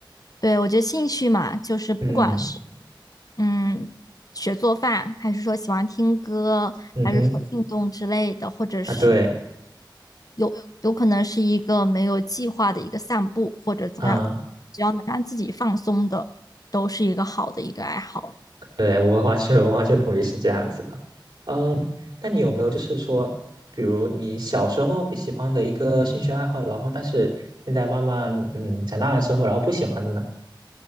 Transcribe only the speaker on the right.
嗯
嗯哼，
啊对，
啊
对，我完全我完全同意是这样子的。嗯，那你有没有就是说，比如你小时候会喜欢的一个兴趣爱好，然后但是现在慢慢嗯长大了之后，然后不喜欢的呢？